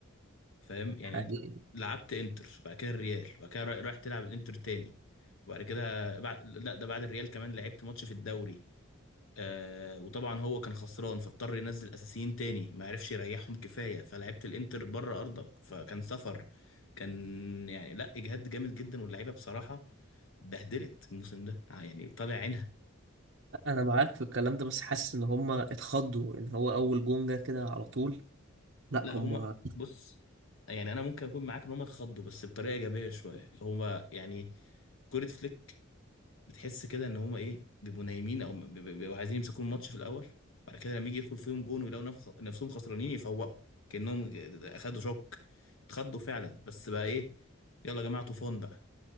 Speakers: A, on the left; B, on the right.
A: فاهم يعني
B: حقيقي
A: انت لعبت انتر بعد كده الريال وبعد كده رايح رايح تلعب الانتر تاني وبعد كده بعد لا ده بعد الريال كمان لعبت ماتش في الدوري آه وطبعا هو كان خسران فاضطر ينزل اساسيين تاني ما عرفش يريحهم كفايه فلعبت الانتر بره ارضك فكان سفر كان يعني لا اجهاد جامد جدا واللعيبه بصراحه بهدلت الموسم ده يعني طالع عينها
B: أنا معاك في الكلام ده بس حاسس إن هما اتخضوا إن هو أول جون جه كده على طول لا
A: لا
B: هم
A: هما بص يعني انا ممكن اكون معاك ان هما اتخضوا بس بطريقه ايجابيه شويه هما يعني كوره فليك بتحس كده ان هما ايه بيبقوا نايمين او بي- بي- بيبقوا عايزين يمسكوا الماتش في الاول بعد كده لما يجي يدخل فيهم جون ويلاقوا نفخ- نفسهم خسرانين يفوقوا كانهم اخدوا شوك اتخضوا فعلا بس بقى ايه يلا يا جماعه طوفان بقى